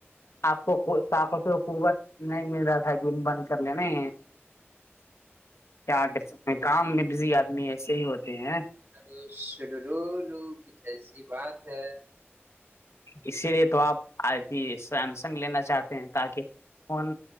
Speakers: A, on the left; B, on the right.
A: آپ کو طاقت و قوت نہیں مل رہا تھا دن بند کر لینے کیا کہ سکتے ہیں کام میں بزی آدمی ایسے ہی ہوتے ہیں
B: ہلو سر رولو کچھ ایسی بات ہے
A: اسی لیے تو آپ آھی سیمسنگ لینا چاہتے ہیں تاکہ فون